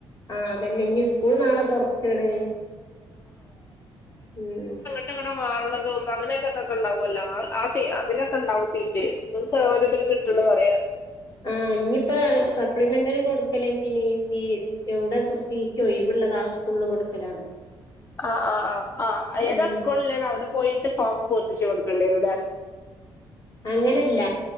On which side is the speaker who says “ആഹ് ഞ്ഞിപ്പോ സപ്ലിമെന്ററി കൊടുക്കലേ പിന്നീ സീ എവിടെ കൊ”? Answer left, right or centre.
Left